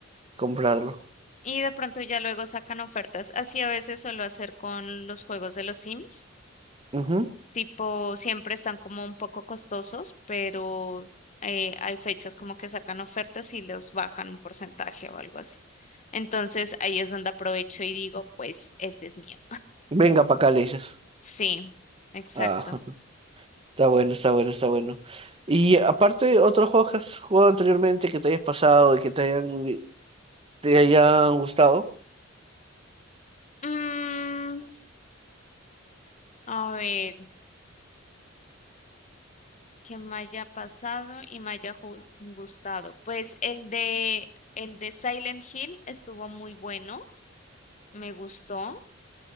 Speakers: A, on the right; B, on the left.
A: comprarlo.
B: Y de pronto ya luego sacan ofertas. Así a veces suelo hacer con los juegos de los Sims.
A: Ujú.
B: Tipo, siempre están como un poco costosos, pero eh, hay fechas como que sacan ofertas y los bajan un porcentaje o algo así. Entonces ahí es donde aprovecho y digo, pues este es mío.
A: Venga para acá, le dices.
B: Sí, exacto.
A: Ah, <laughs> está bueno, está bueno, está bueno. Y aparte, otros juegos que has jugado anteriormente que te hayas pasado y que te hayan, te hayan gustado.
B: Mm, a ver, ¿qué me haya pasado y me haya ju- gustado? Pues el de, el de Silent Hill estuvo muy bueno, me gustó.